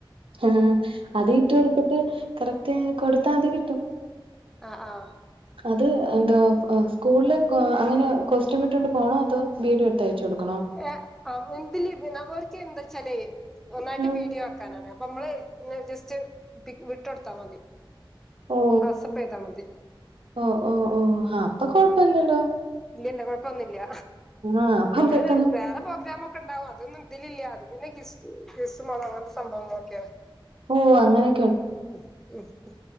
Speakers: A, on the right; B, in the centre.
A: ആഹ് അത് ഇട്ട് എടുത്തിട്ട് കറക്റ്റ് കൊടുത്താ അത് കിട്ടും
B: ആഹ് ആഹ്
A: അത് എന്ത സ്കൂളില് അങ്ങനെ കൊസ്റ്റ്യമിട്ടൊണ്ട് പോണോ അതോ വിഡിയോ എടുത്ത് അയച് കൊടുക്കണോ
B: ഏ അ മുൻപില് ഇതിനാ ഒര്ക്ക് എന്താ ച്ചാലേ ഒന്നായിട്ട്
A: ഉം
B: വീഡിയോ ക്കാനാണ് അപ്പൊ നമ്മള് ജസ്റ്റ് വിട്ടൊട്ത്താ മതി
A: ഓ
B: വാട്സപ്പയ്താ മതി
A: ഓ ഓ ഓ ആ അപ്പൊ കൊഴപ്പല്ലല്ലോ
B: ഇല്ലല്ല കുഴപ്പൊന്നുല്ല
A: ആഹ് അപ്പം
B: പിന്നെ
A: പെട്ടെന്ന്
B: വേറെ പ്രോഗ്രാമക്കെ ഉണ്ടാവും അ തൊന്നും ഇതിലില്ല അത് പിന്നെ ഗിസ് ഗിസ് മോലം അങ്ങനത്തെ സംഭവങ്ങളൊക്കെയാണ്
A: ഹോ അങ്ങനെ
B: മം മം